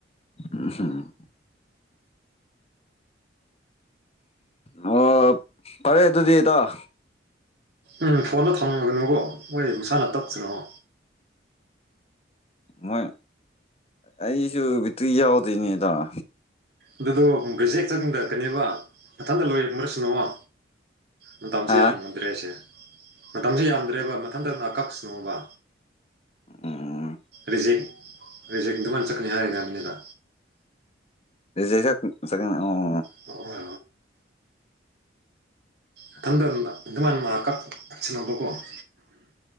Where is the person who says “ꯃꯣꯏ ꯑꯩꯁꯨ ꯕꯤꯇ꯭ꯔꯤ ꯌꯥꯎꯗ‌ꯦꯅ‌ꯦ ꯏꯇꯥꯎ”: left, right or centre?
Left